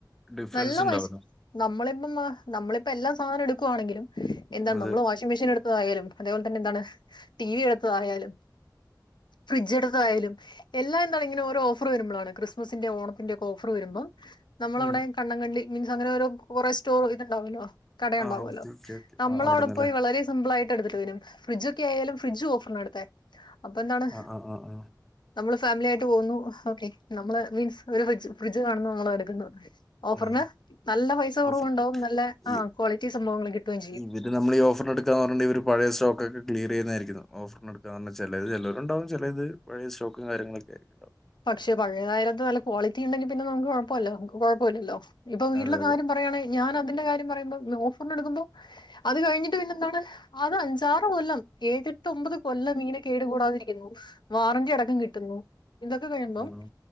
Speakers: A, in the centre; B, on the left.
A: ഡിഫറൻസ്
B: നല്ല
A: ഉണ്ടാവല്ലോ
B: പൈസ നമ്മളിപ്പം നമ്മളിപ്പ എല്ലാം <unintelligible> ക്കുവാണെങ്കിലും എന്താണ്
A: അതെ
B: നമ്മള് വാഷിംഗ് മെഷീൻ എടുത്തതായാലും അതേപോലെ തന്നെ എന്താണ് ടി വി എടുത്തതായാലും ഫ്രിഡ്ജ് എടുത്തായാലും എല്ലാം എന്താണിങ്ങനെ ഓരോ ഓഫർ വരുമ്പളാണ് ക്രിസ്മസിന്റെ ഓണത്തിന്റെ ഒക്കെ ഓഫർ വരുമ്പോ നമ്മളവടെ
A: ഉം
B: കണ്ണങ്കണ്ടി മീൻസ് അങ്ങനെ ഒരോ കൊറെ സ്റ്റോർ ഇതുണ്ടാവുല്ലോ കടയുണ്ടാവുവ
A: ആ ഓക്കെ ഓക്കെ ഓക്കെ
B: നമ്മളവിടെ
A: ആ അവിടന്നല്ലേ
B: പോയി വളരെ സം മ്പളായിട്ട് എട്ത്തിട്ട് വരും ഫ്രഡ്ജ് ഒക്കെ ആയാലും ഫ്രിഡ്ജ് ഓഫർനാ എട്ത്തെ അപ്പൊന്താണ്
A: ആഹ് ആഹ് ആഹ് ആഹ്
B: നമ്മള് ഫാമിലിയായിട്ട് പോകുന്നു ഓക്കെ നമ്മള് മീൻസ് ഒരു ഫ്രിജ് ഫ്രിഡ്ജ് കാണുന്നു നമ്മളതെടുക്കുന്നു ഓഫറിന്
A: ഉം
B: നല്ല പൈസ കുറവുണ്ടാവും
A: ഓഫർ
B: നല്ല ആഹ്
A: ഈ
B: ക്വാളിറ്റി സംഭവങ്ങൾ കിട്ടുകയും ചെയ്യും
A: ഇവര് നമ്മളീ ഓഫറിന് എടുക്കാന്ന് പറഞ്ണ്ടേൽ ഇവര് പഴയ സ്റ്റോക്കൊക്കെ ക്ലിയറ് ചെയ്യുന്നായിരിക്കും ഓഫറിന് എട്ക്കാ പറഞ്ഞാ ചിലത് ചെലോരുണ്ടാവും ചെലേത് പഴയ സ്റ്റോക്കും കാര്യങ്ങളൊക്കെയിരിക്കും ഉണ്ടാവ
B: പക്ഷെ പഴയതായലെന്താ നല്ല ക്വാളിറ്റി ഉണ്ടെങ്കി പിന്നെ നമുക്ക് കുഴപ്പല്ലോ നമുക്ക് കുഴപ്പമില്ലല്ലോ ഇപ്പൊ വീട്ടില്
A: അതെ അതെ
B: കാര്യം പറയാണെങ്കി ഞാന തിന്റെ കാര്യം പറയുമ്പോ ഓഫറിനെടുക്കുമ്പോ അത് കഴിഞ്ഞിട്ട് പിന്നെ എന്താണ് അത് അഞ്ചാറ് കൊല്ലം ഏഴെട്ട് ഒമ്പത് കൊല്ലം ഇങ്ങനെ കേട് കൂടാതിരിക്കുന്നു വാറണ്ടി അടക്കം കിട്ടുന്നു ഇന്തൊക്കെ കയ്യുമ്പം
A: ഉം